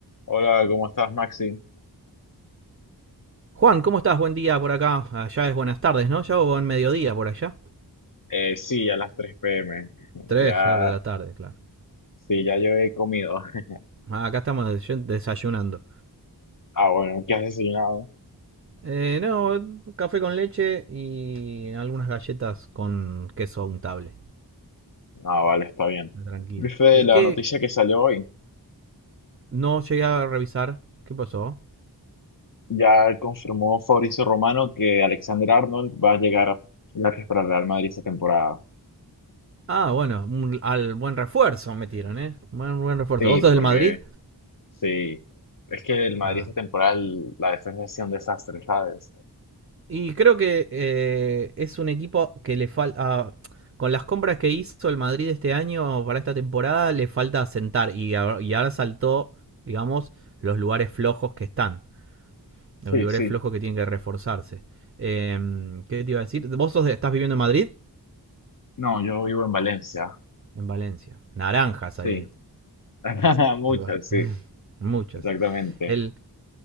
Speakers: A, on the left; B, on the right.
A: Hola, ¿cómo estás, Maxi?
B: Juan, ¿cómo estás? Buen día por acá. Allá es buenas tardes, ¿no? Ya o buen mediodía por allá.
A: Eh, sí, ya las 3 p.m.
B: Tres
A: Ya,
B: ya de la tarde, claro.
A: sí, ya yo he comido. <laughs>
B: Ah, Acá estamos des- desayunando.
A: Ah, bueno, ¿qué has desayunado?
B: Eh, no, café con leche y algunas galletas con queso untable.
A: Ah, vale, está bien.
B: Tranquilo.
A: Viste
B: ¿Qué,
A: la
B: qué?
A: noticia que salió hoy.
B: No llegué a revisar. ¿Qué pasó?
A: Ya confirmó Fabrizio Romano que Alexander Arnold va a llegar gratis para el Real Madrid esta temporada.
B: Ah, bueno, un- al buen refuerzo metieron, ¿eh? Buen, buen refuerzo.
A: Sí,
B: ¿Vos sos
A: porque
B: del Madrid?
A: sí. Es que el Madrid
B: Ah,
A: esta temporada, el- la defensa ha sido un desastre, ¿sabes?
B: Y creo que eh, es un equipo que le falta. con las compras que hizo el Madrid este año para esta temporada, le falta asentar. Y, a- y ahora saltó, digamos, los lugares flojos que están. Los
A: Sí,
B: lugares
A: sí.
B: flojos que tienen que reforzarse. Em, ¿qué te iba a decir? ¿Vos sos de- estás viviendo en Madrid?
A: No, yo vivo en Valencia.
B: En Valencia. Naranjas
A: Sí.
B: hay ahí.
A: <laughs> Muchas,
B: El ba- <laughs>
A: sí,
B: muchas.
A: exactamente.
B: El,